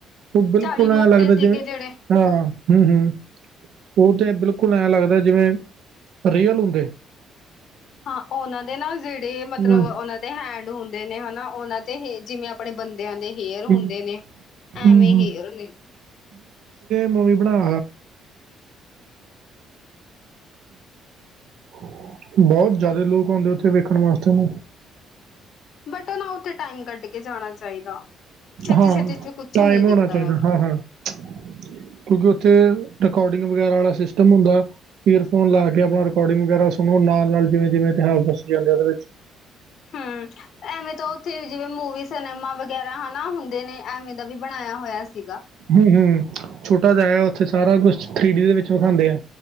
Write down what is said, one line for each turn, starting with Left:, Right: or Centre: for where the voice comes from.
Right: ਉਹ ਬਿਲਕੁਲ
Left: ਚਾਲੀ ਮੁਕਤੇ
Right: ਐਂ ਲੱਗਦਾ
Left: ਸੀਗੇ
Right: ਜਿਵੇਂ ਹਾਂ,
Left: ਜਿਹੜੇ
Right: ਹਮ- ਹਮ ਉਹ ਤਾਂ ਬਿਲਕੁਲ ਐਂ ਲੱਗਦਾ ਜਿਵੇਂ, ਰੀਅਲ ਹੁੰਦੇ।
Left: ਹਾਂ, ਉਹਨਾਂ ਦੇ ਨਾਲ ਜਿਹੜੇ ਮਤਲਬ
Right: ਹੂੰ
Left: ਉਹਨਾਂ ਦੇ ਹੈਂਡ ਹੁੰਦੇ ਨੇ ਹਨਾ। ਉਹਨਾਂ ਤੇ ਜਿਵੇਂ ਆਪਣੇ ਬੰਦੇ ਬੰਦਿਆਂ ਦੇ ਹੇਅਰ ਹੁੰਦੇ
Right: ਹੂੰ,
Left: ਨੇ
Right: ਹੂੰ,
Left: ਐਵੇਂ ਹੇਅਰ ਨੇ
Right: ਮੰਮੀ ਬਣਾ ਬਹੁਤ ਜ਼ਿਆਦਾ ਲੋਕ ਆਉਂਦੇ ਉੱਥੇ ਵੇਖਣ ਵਾਸਤੇ ਨਾ।
Left: ਬਟ ਉਹ ਨਾ ਉੱਥੇ ਟਾਈਮ ਕੱਢ ਕੇ ਜਾਣਾ ਚਾਹੀਦਾ। ਛੇਤੀ
Right: ਹਾਂ।
Left: ਛੇਤੀ ਚ ਕੁਛ
Right: ਟਾਈਮ
Left: ਨੀ ਦਿਖਦਾ
Right: ਹੋਣਾ ਚਾਹੀਦਾ।
Left: ਹੈਗਾ
Right: ਹਾਂ-ਹਾਂ ਕਿਉਂਕਿ ਉੱਥੇ ਰਿਕਕਾਰਡਿੰਗ ਵਗੈਰਾ ਵਾਲਾ ਸਿਸਟਮ ਹੁੰਦਾ। ਈਅਰਫੋਨ ਲਾ ਕੇ ਆਪਣਾ ਰਿਕਕਾਰਡਿੰਗ ਵਗੈਰਾ ਸੁਣੋ ਨਾਲ -ਨਾਲ ਜਿਵੇਂ- ਜਿਵੇਂ ਹਾਂ। ਦੱਸ ਜਾਂਦੇ ਆ ਉਹਦੇ ਵਿੱਚ
Left: ਹਮ, ਐਵੇਂ ਤਾਂ ਉੱਥੇ ਜਿਵੇ ਮੁਵੀ ਸਿਨੇਮਾ ਵਗੈਰਾ ਹਨਾ ਹੁੰਦੇ ਨੇ ਐਵੇਂ ਦਾ ਵੀ ਬਣਾਇਆ ਹੋਇਆ ਸੀਗਾ।
Right: ਹਮ- ਹਮ ਛੋਟਾ ਜਿਹਾ ਉੱਥੇ ਸਾਰਾ ਕੁਛ ਥ੍ਰੀ ਡੀ ਦੇ ਵਿੱਚ ਵਿਖਾਉਂਦੇ ਆ।